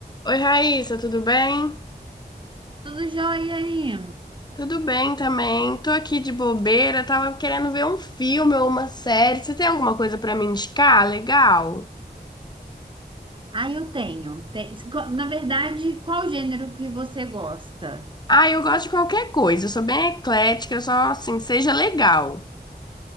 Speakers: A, on the left; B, on the right.
A: Oi, Raíssa, tudo bem?
B: Tudo jóia aí?
A: Tudo bem também. Tô aqui de bobeira, tava querendo ver um filme ou uma série. Você tem alguma coisa pra me indicar? Legal.
B: Aí eu tenho. Tem- Na verdade, qual gênero que você gosta?
A: Ah, eu gosto de qualquer coisa. Eu sou bem eclética, eu só assim, seja legal.